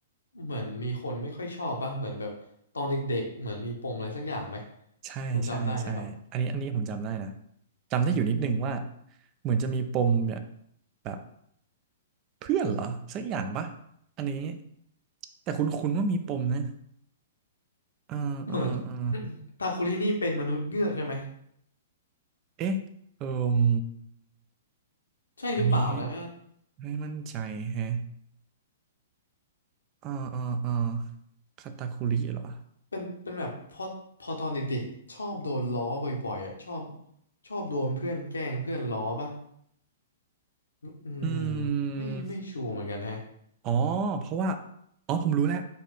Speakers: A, on the left; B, on the right.
A: เหมือนมีคนไม่ค่อยชอบป่ะเหมือนแบบตอนเด็กๆเหมือนมีปมอะไรสักอย่างไหม
B: ใช่ใช่ใช่อันนี้อันนี้ผมจำได้นะ
A: คุณจำได้ไหมครับ
B: จำได้อยู่นิดนึงว่าเหมือนจะมีปมเนี่ยแบบเพื่อนเหรอสักอย่างปะอันนี้แต่คุ้นๆว่ามีปมนะเออเออเออ
A: เหมือน <coughs> ตาคุรินี่เป็นมนุษย์เงือกใช่ไหม
B: เอ๊ะเอ่ม
A: ใช่หรือเปล่านะ
B: อันนี้ไม่มั่นใจแฮะอ่าอ่าอ่าคาตาคุริเหรอ
A: เป็นเป็นแบบพอพอตอนเด็กๆชอบโดนล้อบ่อยๆอ่ะชอบชอบโดนเพื่อนแกล้งเพื่อนล้อปะอืม
B: อื
A: ไม่ไม่ชัวร์เหมือนกันฮะ
B: มอ๋อเพราะว่าอ๋อผมรู้แล้ว